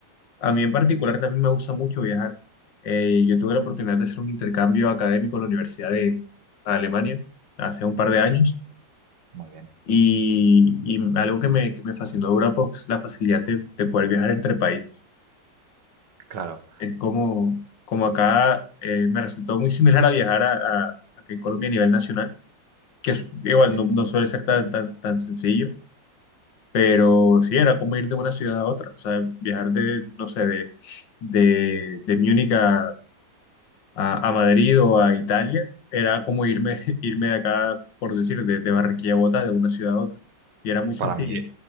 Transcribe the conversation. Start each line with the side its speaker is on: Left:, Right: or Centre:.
Left: A mí en particular también me gusta mucho viajar. Eh, yo tuve la oportunidad de hacer un intercambio académico en la Universidad de Alemania hace un par de
Right: Ujú.
Left: años.
Right: Muy bien.
Left: Y, y algo que me, que me fascinó de Europa es la facilidad de, de poder viajar entre países.
Right: Claro,
Left: Es como, como acá eh, me resultó muy similar a viajar a, a- aquí en Colombia a nivel nacional, que es- igual
Right: sí.
Left: no, no suele ser tan, tan, tan sencillo, pero sí era como ir de una ciudad a otra. O sea, viajar de, no sé, de, de, de Múnich a, a, a Madrid o a Italia era como irme, <laughs> irme de acá, por decir, de, de Barranquilla a Bogotá, de una ciudad a otra. Y era muy sencillo.
Right: Para mí